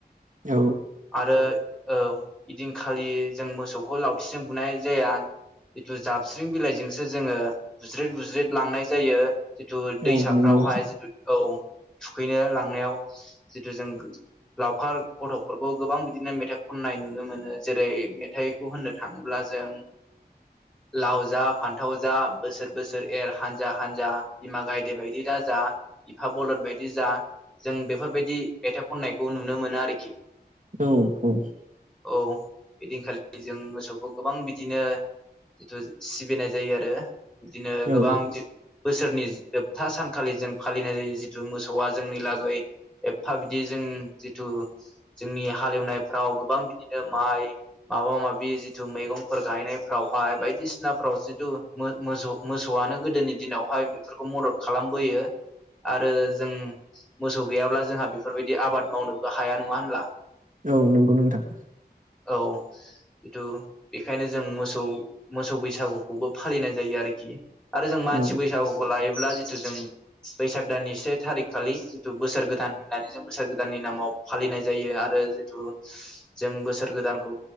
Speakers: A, on the right (about 50°); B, in the centre.
A: औ
B: आरो औ इदिनखालि जों मोसौखौ लावथिजों बुनाय जाया। जिथु जाबस्रिं बिलाइजोंसो जोङो बुज्रिद बुज्रिद लांनाय जायो। जिथु दैसाफ्रावहाय
A: औ नंगौ
B: जितु औ। थुखैनो लांनायाव जिथु जों लावखार गथ'फोरखौ गोबां बिदिनो मेथाइ खननाय नुनो मोनो जेरै मेथाइखौ होननो थाङोब्ला जों लाव जा फान्थाव जा बोसोर बोसोर एर हानजा हानजा बिमा गायदे बायदि दा जा बिफा बलद बायदि जा जों बेफोरबायदि मेथाइ खननायखौ नुनो मोनो आरोखि।
A: औ औ।
B: औ ओइदिनखालि जों मोसौखौ गोबां बिदिनो जिथु सिबिनाय जायो आरो। बिदिनो
A: औ
B: गोबां बोसोरनि जोबथा सानखालि जों फालिनाय जायो जिथु मोसौआ जोंनि लागै एफफा बिदि जों जिथु जोंनि हालेवनायफ्राव गोबां बिदिनो माइ माबा माबि जिथु मैगंफोर गायनाय फ्रावहाय बायदिसिनाफ्राव जितु मो-मोसौ मोसौआनो गोदोनि दिनावहाय बेफोरखौ मदद खालामबोयो आरो जों मोसौ गैयाब्ला जोंहा बेफोरबायदि आबाद मावनोबो हाया नङा होनब्ला।
A: औ नंगौ नोंथां।
B: औ जिथु बेखायनो जों मोसौ मोसौ बैसागुखौबो फालिनाय जायो आरोखि। आरो जों मानसि
A: औ
B: बैसागुखौ लायो ब्ला जिथु जों बैसाग दाननि से थारिख खालि जिथु बोसोर गोदान होननानै जों बोसोर गोदाननि नामाव फालिनाय जायो आरो जिथु जों बोसोर। गोदानखौ